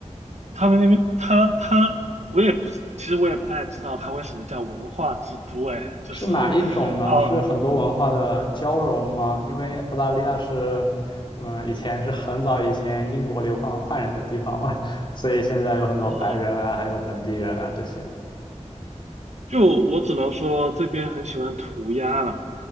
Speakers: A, on the right; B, on the left.
A: 他们那边他他，我也不，其实我也不太知道他为什么叫文化之都，哎，就是
B: 是哪一种呢？
A: 哦。
B: 是很多文化的交融吗？因为澳大利亚是，嗯，以前是很早以前英国流放犯人的地方嘛，<laughs> 所以现在有很多白人啊，
A: 嗯，
B: 还有本地人啊这些。
A: 就我只能说这边很喜欢涂鸦了，